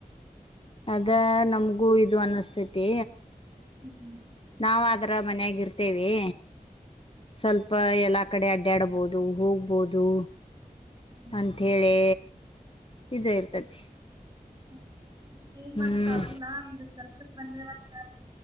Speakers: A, on the left; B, on the right.
A: ಅದ ನಮಗೂ ಇದು ಅನ್ನಸ್ತೇತಿ
B: ಹ್ಮ್ ಹ್ಮ್
A: ನಾವು ಆದ ಅರ ಮನಯಾಗಿ ಇರ್ತೇವಿ ಸ್ವಲ್ಪ ಎಲ್ಲ ಕಡೆ ಅಡ್ಡಾಡ್ಬೋದು ಹೋಗ್ಬೋದು
B: ಹ್ಮ್
A: ಅಂತ ಹೇಳಿ ಇದ್ರ ಇರ್ತತಿ
B: ಹ್ಮ ಮತ್ತ ಏನ್
A: ಹ್ಮ್
B: ಮಾಡಕ್ ಆಗುಲ್ಲ ಈಗ ಕೆಲ್ಸಕ್ ಬಂದೇ ಒಂದ